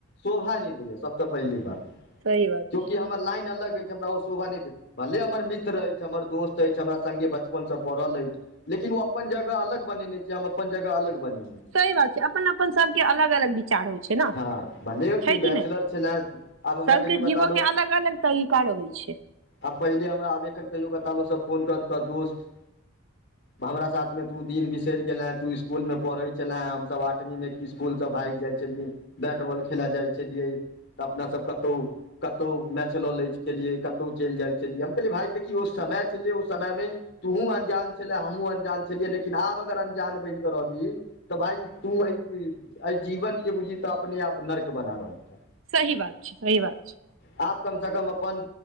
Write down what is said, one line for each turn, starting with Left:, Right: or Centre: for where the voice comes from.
Left: शोभा नहि दैय सबसँ पहिली बात
Right: सही बात
Left: जोकि
Right: छै
Left: हमर लाइन अलग अछि हमरा ओ शोभा नहि दे भले हमर मित्र अछि हमर दोस्त अछि हमरा सगे बचपन से पढ़ल अछि लेकिन ओ अपन जगह अलग बनेने छै हम अपन जगह अलग बनेने छ
Right: सही बात छै अपन अपन सबके अलग अलग विचार होइ छै ने
Left: हँ भले
Right: छै
Left: तू बैचलर
Right: कि नह
Left: छले आब हमरा
Right: सबके
Left: कहियो
Right: जीव
Left: कतालो
Right: के अलग अलग तरीका होै छ
Left: आ पहिले हमरा आबे कहियो काल सब फोन करत कह दोस्त हमरा साथ मे तू दिन भी र गेलें तू इसकुल मे पढ़े छले ह हमसब आठवीं में इसकुल से भागि जाइ छलियै बैट बॉल खेले जाइ छलियै तऽ अपना सब कतहु कतौ मैच लऽ ले छै चियै कतहु चलि जाइ छलिय हम भाइ देखी ओ समय छलै ओ समयमे तूहूँ अन्जान छलै हमहूँ अनजान छलियै लेकिन आब अगर अन्जान बनिकऽ रहबी तऽ भाइ तू एहि एहि जीवन के बुझी तऽ अपने आप नर्क बना रहल छ
Right: सही बात छै सी बात छै
Left: आप कम से कम अपन